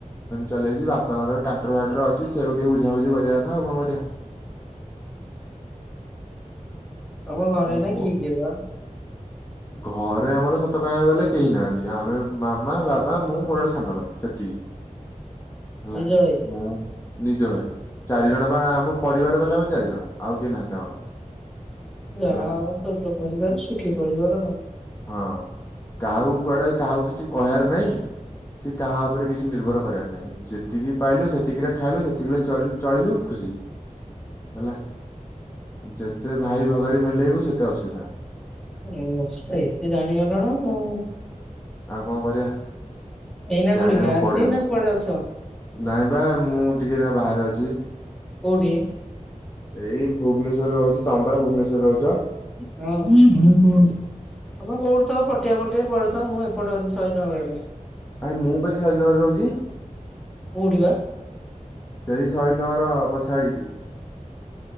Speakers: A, on the left; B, in the centre.
A: ଚଲେଇଛି ବାପାଙ୍କର ଟ୍ରାକ୍ଟର ଫାକ୍ଟର ଅଛି ସେକୁ ଟିକେ ବୁଝାବୁଝି କରିବା କଥା ଆଉ କଣ କରିବା।
B: ତମ ଘରେ
A: କରିବା।
B: ଏନା କିଏ କିଏ ବା।
A: ଘରେ ଆମର ସତ କହିବାକୁ ଗଲେ କେହି ନାହାଁନ୍ତି। ଆମେ ମାମା ବାପା ମୁଁ ମୋର ଗୋଟେ ସାନ ଭାଇ ସେତିକି।
B: <inaudible>
A: ହେଲା
B: ନିଜ ଭାଇ?
A: ମୁଁ ନିଜ ଭାଇ ଚାରିଜଣ ବା ଆମ ପରିବାର କହିଲେ ଆମେ ଚାରିଜଣ ଆଉ କିଏ ନାହାଁନ୍ତି ଆମର।
B: ଯାହା
A: ହେଲା
B: ଆଉ ଛୋଟ ପରିବାର ଶୁଖି ପରିବାର ଆଉ।
A: ହଁ କାହାକୁ କୁଆଡେ କାହାକୁ କିଛି କହିଆର ନାହିଁ କି କାହା ଉପରେ କିଛି କି ନିର୍ଭର କରିଆର ନାହିଁ ଯେତିକି ପାଇଲୁ ସେତିକିରେ ଖାଇଲୁ ସେତିକିରେ ଚାଲି ଚଳିଲୁ ଖୁସି। ହେଲା ଯେତେ ଭାଇ ଭଗାରୀ ମେଲେଇବୁ ସେତେ ଅସୁବିଧା।
B: ଉଁ ଏତେ ଜାଣିଗଲୁଣୁ।
A: ଆଉ କଣ କରିଆ?
B: ଏଇନା
A: ଜାଣିଆକୁ
B: କୋଉଠି ଗାଁରେ
A: ପଡିଅ
B: କି ନା କୁଆଡେ ଅଛ?
A: ନାଇଁ ବା ମୁଁ ଟିକେ ନା ବାହାରେ ଅଛି।
B: କୋଉଠି?
A: ଏଇ ଭୁବନେଶ୍ୱରରେ ରହୁଛି ତମେପରା ଭୁବନେଶ୍ୱରରେ ରହୁଛ।
B: ହଁ ମଣିପୁର ମୁଁ ତମେ କୋଉଠି ପଟିଆ ଫଟିଆ କୁଆଡେ ଥ ମୁଁ ଏପଡେ ଅଛି ଶହିଦନଗର ପଟେ।
A: ଆରେ ମୁଁ ପା ସେ ଶହିଦିନଗରରେ ରହୁଛି।
B: କୋଉଠିି ବା?
A: ସେଇ ଶହିଦିନଗର ପଛ ଆଡିକି।